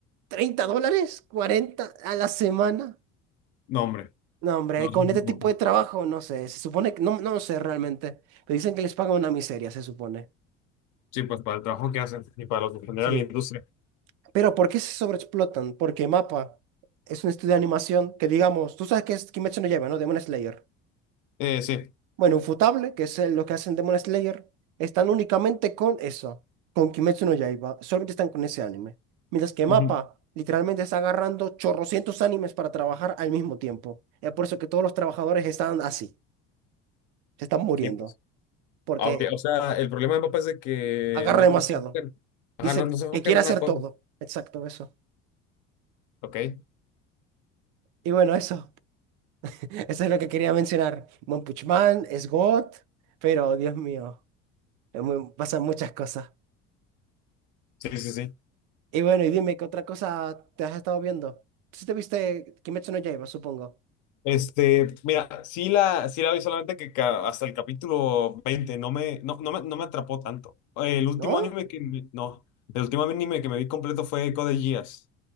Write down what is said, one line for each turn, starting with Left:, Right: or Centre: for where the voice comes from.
Right: 30 dólares, 40 a la semana.
Left: No, hombre,
Right: No, hombre,
Left: no, es
Right: con
Left: muy
Right: este
Left: poco.
Right: tipo de trabajo, no sé, se supone que, no, no sé realmente, pero dicen que les pagan una miseria, se supone.
Left: Sí, pues para el trabajo que hacen y para lo que genera
Right: Sí,
Left: la industria.
Right: pero ¿por qué se sobreexplotan? Porque MAPPA es un estudio de animación que, digamos, tú sabes que es Kimetsu no Yaiba, ¿no? Demon Slayer.
Left: Eh, sí.
Right: Bueno, Ufotable, que es eh, los que hacen Demon Slayer, están únicamente con eso, con Kimetsu no Yaiba. Solamente están con ese anime. Mientras que MAPPA
Left: Ujú.
Right: literalmente está agarrando chorrocientos animes para trabajar al mismo tiempo. Es por eso que todos los trabajadores están así, se están muriendo,
Left: Sí, pues.
Right: porque
Left: Ah, ok. O sea, el problema de papá es de que
Right: agarra
Left: no,
Right: demasiado.
Left: no se enfocan, ajá,
Right: Dice
Left: no, no se enfocan
Right: que quiere
Left: en
Right: hacer
Left: una cosa.
Right: todo. Exacto, eso.
Left: Ok.
Right: Y bueno, eso. <laughs> Eso es lo que quería mencionar. One Punch Man es God, pero Dios mío, es muy- pasan muchas cosas.
Left: Sí, sí, sí.
Right: Y bueno, y dime, ¿qué otra cosa te has estado viendo? Si te viste Kimetsu no Yaiba, supongo.
Left: Este, mira, sí la, sí la vi solamente que ca- hasta el capítulo 20, no me, no, no me, no me atrapó tanto. El último
Right: ¿No?
Left: anime que me- no, el último anime que me vi completo fue Code Geass.